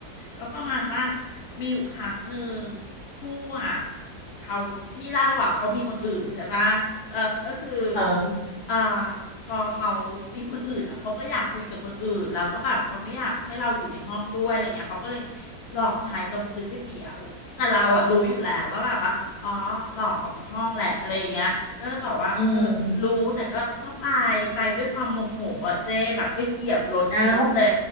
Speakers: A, on the left (about 70°); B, on the left (about 40°).
A: ก็ประมาณว่ามีอยู่ครั้งหนึ่งผู้อ่ะเขาที่เล่าอ่ะเขามีคนอื่นใช่ป่ะแล้วก็คือ
B: ฮะ
A: อ่าพอเขามีคนอื่นอ่ะเขาก็อยากคุยกับคนอื่นแล้วก็แบบเขาไม่อยากให้เราอยู่ในห้องด้วยอะไรเงี้ยเขาก็เลยหลอกใช้เราไปซื้อก๋วยเตี๋ยวแต่เราอ่ะรู้อยู่แล้วว่าแบบว่าอ๋อหลอกออกจากห้องแหละอะไรอย่างเงี้ยก็บอกว่าเออรู้แต่ก็ก็ไปไปด้วยความโมโหอ่ะเจ๊แบบก็เหยียบรถมิดเลย
B: อืมเอ้า